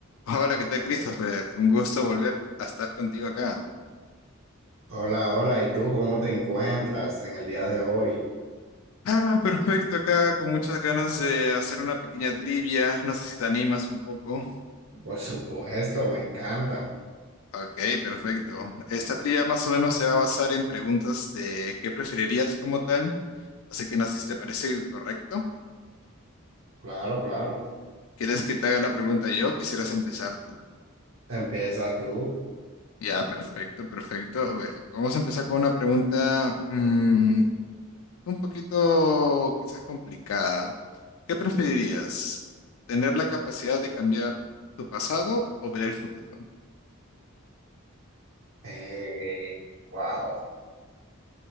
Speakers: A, on the left; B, on the right.
A: Hola, ¿qué tal, Christopher? Un gusto volver a estar contigo acá.
B: Hola, hola, ¿y tú cómo te encuentras en el día de hoy?
A: Ah, perfecto, acá con muchas ganas de hacer una pequeña trivia. No sé si te animas un poco.
B: Por supuesto, me encantan.
A: Ok, perfecto. Esta trivia más o menos se va a basar en preguntas de qué preferirías como tal. Así que no sé si te parece correcto.
B: Claro, claro.
A: ¿Quieres que te haga la pregunta yo? ¿Quisieras empezar tú?
B: Empieza tú.
A: Ya, perfecto, perfecto. A ver, Vamos a empezar con una pregunta mm, un poquito quizás complicada. ¿Qué preferirías? ¿Tener la capacidad de cambiar tu pasado o ver el futuro?
B: Eh, wow.